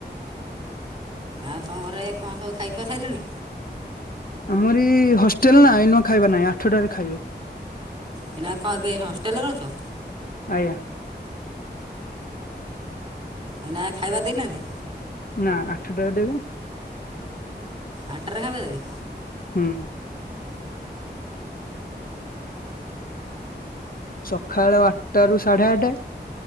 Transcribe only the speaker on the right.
ଆଉ ତମ ଘରେ କଣ ସବୁ ଖାଇ ଖୁଆ ସାରିଲଣି?
ଏଇନା କଣ ଏବେ ହଷ୍ଟେଲରେ ଅଛ?
ଏଇଁନା ଖାଇବା ଦେଇନାହାନ୍ତି?
ଆଠଟା ରେ ଖାଇବା ଦେବେ?